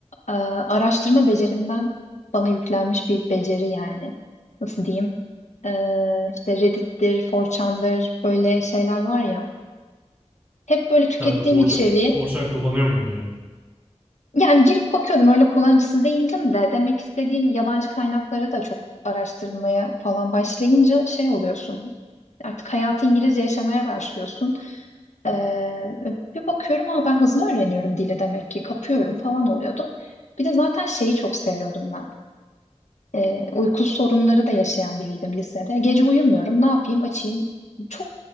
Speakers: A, on the left; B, on the right.
A: e, araştırma becerimden bana yüklenmiş bir beceri yani. Nasıl diyeyim? E, işte Reddit'tir, 4chan'dır böyle şeyler var ya. Hep böyle tükettiğim
B: Sen de 4
A: içeriği
B: kullanıyor muydun ya?
A: Yani girip bakıyordum öyle kullanıcısı değildim de demek istediğim yabancı kaynakları da çok araştırmaya falan başlayınca şey oluyorsun. Artık hayatı İngilizce yaşamaya başlıyorsun. Ee, bir bakıyorum ama ben hızlı öğreniyorum dili demek ki kapıyorum falan oluyordu. Bir de zaten şeyi çok seviyordum ben. Ee, uyku sorunları da yaşayan biriydim lisede. Gece uyumuyorum ne yapayım açayım. Çok